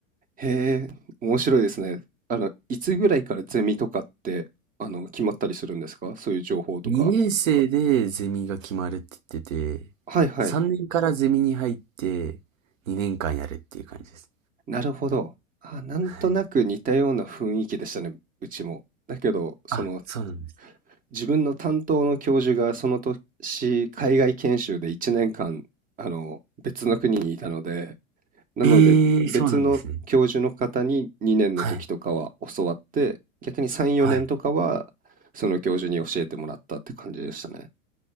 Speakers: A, on the right (about 20°); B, on the right (about 70°).
A: え、面白いですね。あの、いつぐらいからゼミとかって、あの、決まったりするんですかそういう情報とか。
B: 2年生でゼミが決まるって言ってて、
A: はいはい。
B: 3年からゼミに入って2年間やるっていう感じです。
A: なるほど。あ、なんとなく似たような雰囲気でしたね、
B: はい。
A: うちも。だけど、その、
B: あ、そうなんです。
A: 自分の担当の教授がその年、海外研修で1年間、あの、別の国にいたので、なので別の教授の方に2年の時とかは教わって、
B: えー、そうなんですね。はい。
A: 逆に3、4年とかはその教授に教えてもらったって感じでしたね。
B: はい。